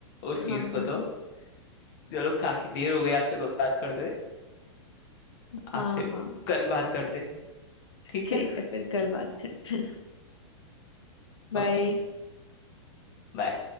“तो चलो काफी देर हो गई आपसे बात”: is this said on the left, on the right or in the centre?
Left